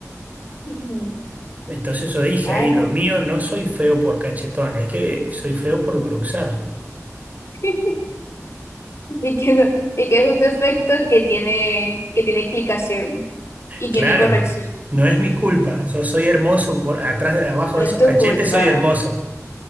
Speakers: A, on the left; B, on the right.
A: ujú.
B: Entonces yo dije
A: Ay,
B: ahí, lo
A: no.
B: mío no soy feo por cachetón, es que soy feo por bruxar.
A: <laughs> Y que, no- y que es un defecto que tiene, que tiene explicación y
B: Claro,
A: tiene corrección.
B: no es mi culpa. Yo soy hermoso por atrás, de- abajo de
A: No
B: esos
A: es
B: cachetes,
A: tu culpa.
B: soy hermoso.